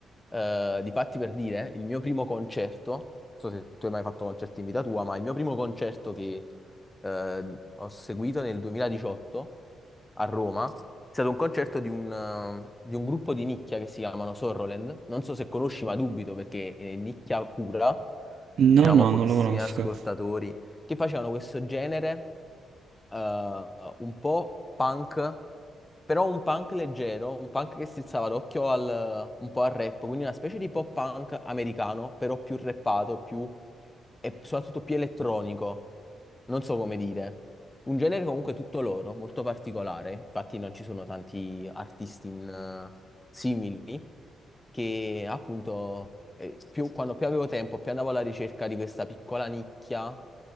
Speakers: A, on the left; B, on the right.
A: Eh, difatti per dire, il mio primo concerto, non so se tu hai mai fatto concerti in vita tua, ma il mio primo concerto che eh, ho seguito nel 2018 a Roma. È stato un concerto di un, eh, di un gruppo di nicchia che si chiamano Sorroland. Non so se conosci, ma dubito perché è nicchia pura, diciamo
B: No, no,
A: pochissimi
B: non lo conosco.
A: ascoltatori, che facevano questo genere eh, un po' punk, però un punk leggero, un punk che strizzava l'occhio al, un po' al rap, quindi una specie di pop punk americano, però più rappato, più, e soprattutto più elettronico, non so come dire. Un genere comunque tutto loro, molto particolare, infatti non ci sono tanti artisti in, eh, simili, che appunto eh, più- quando più avevo tempo, più andavo alla ricerca di questa piccola nicchia.